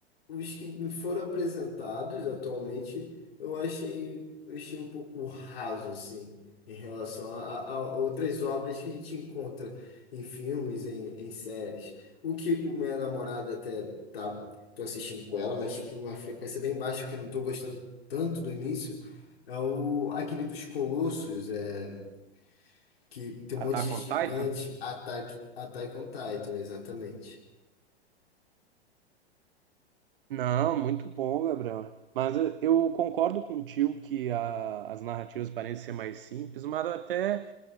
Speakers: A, on the left (about 65°); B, on the right (about 55°).
A: os que me foram apresentados atualmente, eu achei, eu achei um pouco raso, assim, em relação a, a- a outras obras que a gente encontra em filmes, em, em séries. O que o minha namorada até tá, tô assistindo com ela, mas tipo uma frequência bem baixa, porque eu não tô gostando tanto do início, é o aquele dos Colossos, é, que tem um
B: Attack
A: monte de gigante,
B: on Titan?
A: Attack, Attack on Titan, exatamente.
B: Não, muito bom, Gabriel. Mas eh, eu concordo contigo que a- as narrativas parecem ser mais simples, mas até